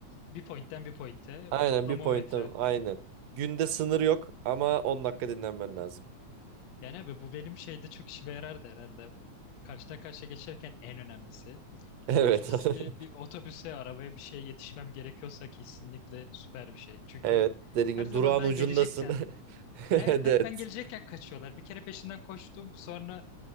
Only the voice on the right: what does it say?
Aynen
bir pointten
aynen. Günde sınır yok ama 10 dakika dinlenmen lazım.
Evet.
<laughs>
Evet dediğim
gibi
durağın
ucundasın.
<laughs> Evet.